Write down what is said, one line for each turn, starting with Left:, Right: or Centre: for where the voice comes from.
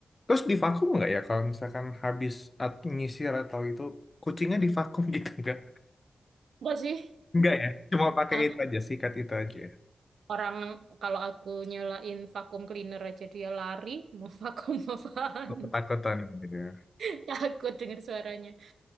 Left: Terus divakum nggak ya kalau misalkan habis at- nyisir atau itu kucingnya divakum <laughs> gitu nggak?
Right: Enggak sih.
Left: Nggak ya, cuma pakai
Right: <laughs>
Left: itu aja sikat itu aja. ya?
Right: Orang kalau aku nyalain vakum cleaner aja dia lari, <laughs> mau vakum apaan?
Left: Ketakutan gitu. ya.
Right: <laughs> Takut denger suaranya.